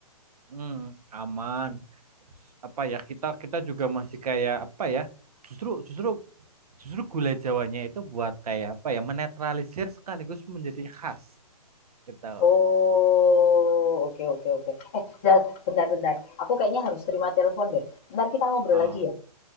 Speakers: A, on the right (about 70°); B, on the left (about 25°).
A: Hmm, aman. Apa ya kita kita juga masih kayak apa ya? Justru justru justru gula Jawanya itu buat kayak apa ya? Menetralisir sekaligus menjadi khas gitu.
B: Oh, oke oke oke. Eh, Zal, bentar bentar. Aku kayaknya harus terima telepon deh. Ntar kita ngobrol
A: Ah,
B: lagi ya.